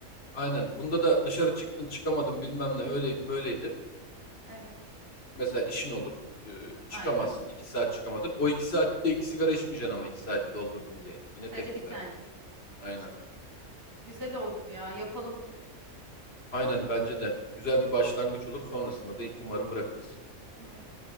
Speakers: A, on the left (about 45°); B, on the right (about 70°).
A: Aynen. Bunda da dışarı çıktın çıkamadın bilmem ne öyleydi böyleydi.
B: Evet.
A: Mesela işin olur. Ee, çıkamazsın.
B: Aynen.
A: 2 saat çıkamadın. O 2 saatte 2 sigara içmeyeceksin ama 2 saati doldurdum diye. Yine
B: Sadece
A: tek sigara.
B: bir tane. Anlaştık.
A: Aynen.
B: Güzel oldu bu ya. Yapalım.
A: Aynen bence de. Güzel bir başlangıç olur. Sonrasında da umarım bırakırız.
B: Umarım.